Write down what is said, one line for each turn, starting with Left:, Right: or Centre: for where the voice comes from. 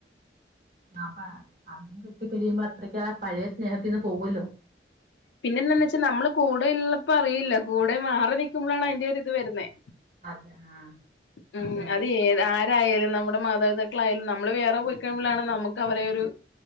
Right: ആപ്പ അതും വിട്ട് പിരിയുമ്പോ അത്രക്കാ പഴയ സ്നേഹത്തിന്ന് പോവോല്ലോ.
Left: പിന്നെ എന്താന്ന് വെച്ചാൽ നമ്മള് കൂടെ ഉള്ളപ്പോ അറിയില്ല കൂടെ മാറി നിൽക്കുമ്പോഴാണ് അയിന്റെ ഒരു ഇത് വരുന്നത്.
Right: അതെ ആഹ്
Left: ഉം
Right: അതന്നെ
Left: അത് ഏത ആര് രായാലും നമ്മുടെ മാതാപിതാക്കളായാലും നമ്മള് വേറെ പോയി കഴുമ്പോളാണ് നമുക്ക് അവരെ ഒരു